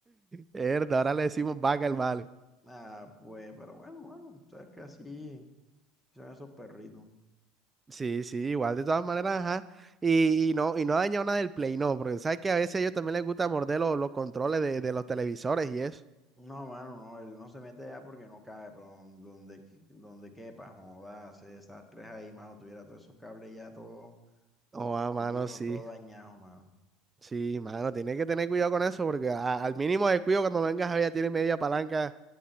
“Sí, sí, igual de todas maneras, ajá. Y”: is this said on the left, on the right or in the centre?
Right